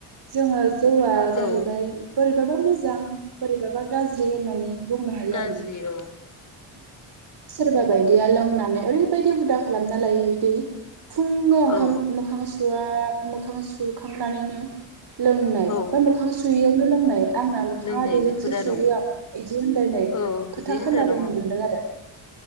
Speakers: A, on the right (about 50°); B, on the left (about 35°).
A: जोङो जौआ जाहैबाय
B: औ
A: बोरैब बाबा मोजां बोरैबाबा गाज्रि होननानै बुंनो हायो
B: गाज्रि
A: आरोना।
B: औ
A: सोरबा बायदिया लोंनानै ओरैबायदि हुदा खालामना लायो दि फुंआव ओंखाम
B: औ
A: मोखां सु सुवा मोखां सुखांनानैनो लोंनाय
B: औ
A: बा मोखां सुयैयावनो लोंनाय आंना मोखाङा
B: लोंनाय
A: बेजोंसो
B: हुदा
A: सुयो
B: दं
A: आं इदि होनलायनाय
B: औ बिदि
A: खोथा
B: होनग्रा
A: खोनाबोनो
B: दङ
A: मोनदों आरो